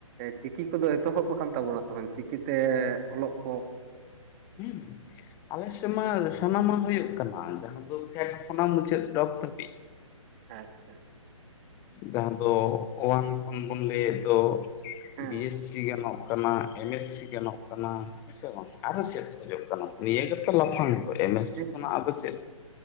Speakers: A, on the right; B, on the left.
A: ᱪᱤᱠᱤ ᱠᱚᱫᱚ ᱮᱛᱚᱦᱚᱵ ᱟᱠᱟᱱ ᱛᱟᱵᱚᱱᱟ ᱥᱮ ᱵᱟᱝ ᱪᱤᱠᱤ ᱛᱮ ᱚᱞᱚᱜ ᱠᱚ
B: ᱦᱩᱸ ᱟᱞᱮ ᱥᱮᱱ ᱢᱟ ᱥᱟᱱᱟᱢᱟ ᱦᱩᱭᱩᱜ ᱠᱟᱱᱟ ᱡᱟᱦᱟᱸ ᱫᱚ ᱯᱷᱮᱰ ᱠᱷᱚᱱᱟᱝ ᱢᱩᱪᱟᱹᱫ ᱰᱚᱜ ᱫᱷᱟᱹᱵᱤᱡ ᱾
A: ᱟᱪᱪᱷᱟ ᱾
B: ᱡᱟᱦᱟᱸ ᱫᱚ ᱳᱣᱟᱱ ᱠᱷᱚᱱ ᱵᱚᱱ ᱞᱟᱹᱭᱮᱫ ᱫᱚ ᱾
A: ᱦᱮᱸ
B: ᱵᱤ ᱮᱥ ᱥᱤ ᱜᱟᱱᱚᱜ ᱠᱟᱱᱟ ᱮᱢ ᱮᱥ ᱥᱤ ᱜᱟᱱᱚᱜ ᱠᱟᱱᱟ ᱾ ᱦᱮᱸ ᱥᱮ ᱵᱟᱝ ᱟᱨᱚ ᱪᱮᱫ ᱠᱷᱚᱡᱚᱜ ᱠᱟᱱᱟ ᱱᱤᱭᱟᱹ ᱜᱮᱛᱚ ᱞᱟᱯᱷᱟᱝ ᱫᱚ ᱮᱢ ᱮᱥ
A: ᱦᱮᱸ
B: ᱥᱤ ᱠᱷᱚᱱᱟᱜ ᱟᱫᱚ ᱪᱮᱫ?